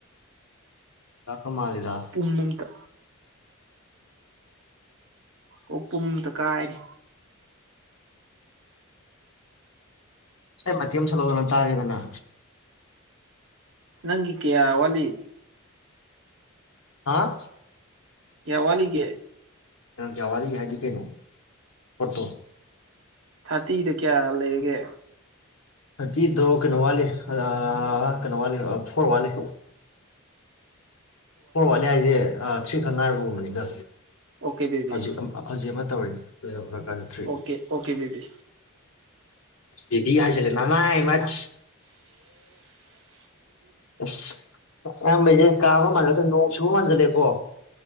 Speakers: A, on the left (about 75°); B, on the right (about 60°).
A: ꯆꯨꯖꯥꯛ ꯃꯥꯜꯂꯤꯗ
B: ꯑꯣꯛꯄꯨꯝ ꯑꯃꯇꯥ ꯑꯣꯛꯄꯨꯝ ꯑꯃꯇꯥ ꯀꯥꯏꯔꯗꯤ
A: ꯏꯁꯩ ꯃꯇꯦꯛ ꯑꯃ ꯁꯛꯂꯛꯎꯗꯅ ꯇꯥꯒꯦꯗꯅ
B: ꯅꯪꯒꯤ ꯀꯌꯥ ꯋꯥꯠꯂꯤ
A: ꯑꯥ
B: ꯀꯌꯥ ꯋꯥꯠꯂꯤꯒꯦ
A: ꯀꯩꯅꯣ ꯀꯌꯥ ꯋꯥꯠꯂꯤꯒꯦ ꯍꯥꯏꯗꯤ ꯀꯩꯅꯣ ꯄꯣꯠꯇꯣ
B: ꯊꯥꯔꯇꯤꯗꯣ ꯀꯌꯥ ꯂꯩꯔꯒꯦ
A: ꯊꯥꯔꯇꯤꯗꯣ ꯀꯩꯅꯣ ꯋꯥꯠꯂꯤ ꯑꯥ ꯀꯩꯅꯣ ꯋꯥꯠꯂꯤ ꯑ ꯐꯣꯔ ꯋꯥꯠꯂꯤ ꯐꯣꯔ ꯋꯥꯠꯂꯤ ꯍꯥꯏꯖꯦ ꯊ꯭ꯔꯤ ꯈꯛ ꯉꯥꯏꯔꯕꯒꯨꯝꯕꯅꯤꯗ
B: ꯑꯣꯀꯦ ꯕꯦꯕꯤ
A: ꯍꯧꯖꯤꯛ ꯑꯃ ꯍꯧꯖꯤꯛ ꯑꯃ ꯇꯧꯔꯤ ꯂꯣꯏꯕꯀꯥꯟꯗ ꯊ꯭ꯔꯤ
B: ꯑꯣꯀꯦ ꯑꯣꯀꯦ ꯕꯦꯕꯤ
A: ꯕꯦꯕꯤꯀ ꯍꯥꯏꯖꯜꯂꯦ ꯅꯃꯥꯏ ꯃꯠ ꯑꯁ ꯑꯌꯥꯝꯕꯩꯖꯦ ꯀꯥꯝꯕ ꯃꯥꯟꯖꯤꯜꯂꯛꯇꯔꯦ ꯅꯣꯡ ꯆꯨꯨꯕ ꯃꯥꯟꯖꯤꯜꯂꯛꯑꯦꯀꯣ